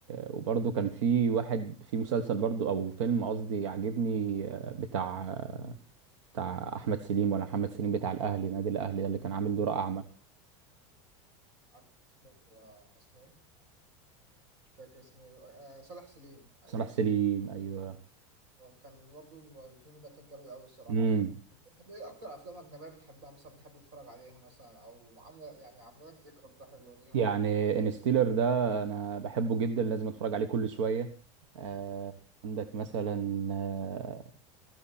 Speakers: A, on the right (about 85°); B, on the right (about 60°).
A: وبرضه كان في واحد في مسلسل برضه او فيلم قصدي عاجبني آه، بتاع آه، بتاع احمد سليم ولا محمد سليم بتاع الاهلي نادي الاهلي ده اللي كان عامل دور اعمى
B: عارف اسمه آه، اسمه ايه مش فاكر اسمه ايه آه صالح سليم ايوه
A: صلاح سليم ايوه
B: آه، كان برضو الفيلم ده كان جامد أوي الصراحة
A: امم
B: أنت طب إيه أكتر أفلام أجنبية بتحبها مثلا بتحب تتفرج عليها مثلا أو عاملة يعني عاملة لك ذكرى كده حلوة ليها
A: يعني انستيلر ده انا بحبه جدا لازم اتفرج عليه كل شويه آه عندك مثلا آه